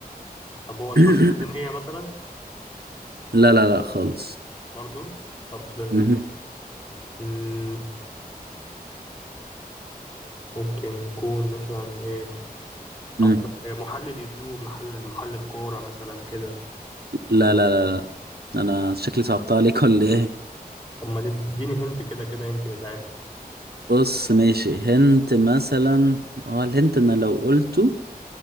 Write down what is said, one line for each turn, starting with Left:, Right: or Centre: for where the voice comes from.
Left: طب هو شخصية
Right: <coughs>
Left: دينية مثلا
Right: <clears throat> لا لا لا خالص
Left: برضو طب آه،
Right: مهم.
Left: مم، ممكن يكون مثلا إيه طب
Right: مم.
Left: آه، محلل يوتيوب محلل محلل كورة مثلا كده
Right: لا لا لا انا شكلي صعبتها عليك ولا ايه
Left: طب ما تديني هنت كده كده يمكن يساعدني
Right: بص ماشي هنت مثلا اه الهنت انا لو قلته